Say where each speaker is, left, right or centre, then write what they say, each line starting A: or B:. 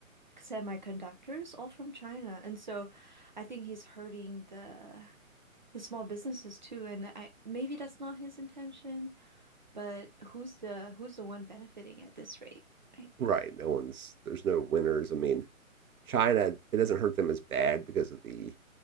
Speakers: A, on the right; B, on the right.
A: semiconductors all from China. And so I think he's hurting the the small businesses too, and I maybe that's not his intention, but who's the who's the one benefiting at this rate, right?
B: Right. No one's there's no winners. I mean, China it doesn't hurt them as bad because of the